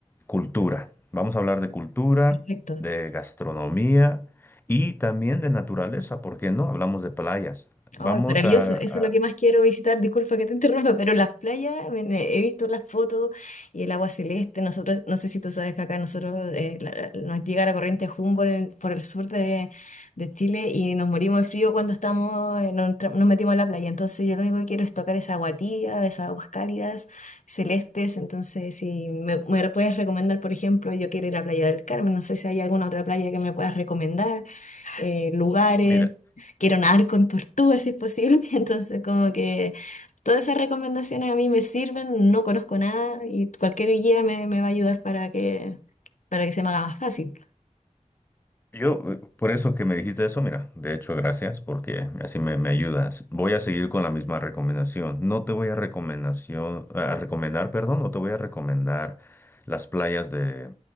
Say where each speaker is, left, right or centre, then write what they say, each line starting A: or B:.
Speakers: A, on the left; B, on the left.
A: cultura. Vamos a hablar de cultura,
B: perfecto.
A: de gastronomía y también de naturaleza, ¿por qué no? Hablamos de playas. Vamos
B: Ay, maravilloso,
A: a,
B: eso
A: a-
B: es lo que más quiero visitar. Disculpa que te interrumpa, pero las playas, ven, eh, he visto las fotos y el agua celeste. Nosotros, no sé si tú sabes que acá nosotros eh, la- la- nos llega la corriente Humboldt en- por el sur de, de Chile y nos morimos de frío cuando estamos, eh, nos, entra- nos metimos a la playa. Entonces, yo lo único que quiero es tocar esa agua tibia, esas aguas cálidas, celestes. Entonces, si me, me puedes recomendar, por ejemplo, yo quiero ir a Playa del Carmen, no sé si hay alguna otra playa que me puedas recomendar. eh, lugares,
A: mira,
B: quiero nadar con tortugas si es posible, <laughs> entonces como que todas esas recomendaciones a mí me sirven, no conozco nada y cualquier guía me, me va a ayudar para que, para que se me haga más fácil.
A: Yo, eh, por eso que me dijiste eso, mira, de hecho, gracias, porque así me, me ayudas. Voy a seguir con la misma recomendación. No te voy a recomendación, a recomendar, perdón, no te voy a recomendar las playas de,